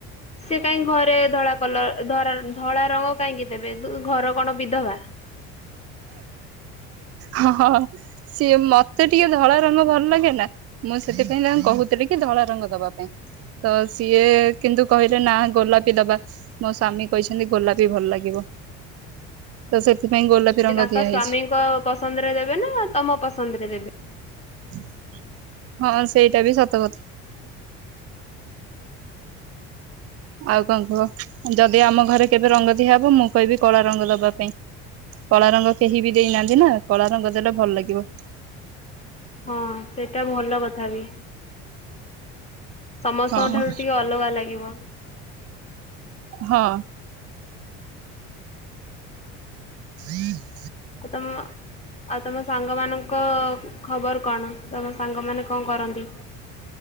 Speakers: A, on the left; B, on the right.
A: କାହିଁକ ଘରେ ଧଳା କଲର ଧରା ଧଳା ରଙ୍ଗ କାହିଁକି ଦେବେ ଘର କଣ ବିଧବା।
B: ହ ହଁ ସିଏ ମତେ ଟିକେ ଧଳା ରଙ୍ଗ ଭଲ ଲାଗେ ନା। ମୁଁ ସେଥିପାଇଁ ତାଙ୍କୁ କହୁଥିଲି କି ଧଳା ରଙ୍ଗ ଦବା ପାଇଁ ତ ସିଏ କିନ୍ତୁ କହିଲେ ନା ଗୋଲାପି ଦବା। ମୋ ସ୍ୱାମୀ କହିଛନ୍ତି ଗୋଲାପୀ ଭଲ ଲାଗିବ ତ ସେଥିପାଇଁ ଗୋଲାପୀ
A: ସିଏ
B: ରଙ୍ଗ
A: ତାଙ୍କ
B: ଦିଆ
A: ସ୍ଵାମୀଙ୍କ
B: ହେଇଛି
A: ପସନ୍ଦରେ ଦେବେ ନା ତମ ପସନ୍ଦରେ ଦେବେ।
B: <inaudible> ହଁ ସେଇଟା ବି ସତ କଥା। ଆଉ କଣ କୁହ ଯଦି ଆମ ଘରେ କେବେ ରଙ୍ଗ ଦିଆହବ ମୁଁ କହିବି କଳା ରଙ୍ଗ ଦବା ପାଇଁ। କଳା ରଙ୍ଗ କେହି ବି ଦେଇନାହାନ୍ତି ନା କଳା ରଙ୍ଗ ଦେଲେ ଭଲ ଲାଗିବ।
A: ହଁ ସେଇଟା ଭଲ କଥା ବି। ସମସ୍ତଙ୍କ
B: ହଁ
A: ଠାରୁ ଟିକେ ଅଲଗା ଲାଗିବ।
B: ହଁ। <inaudible>
A: ତମ ଆଉ ତମ ସାଙ୍ଗ ମାନଙ୍କ ଖବର କଣ? ତମ ସାଙ୍ଗମାନେ କଣ କରନ୍ତି?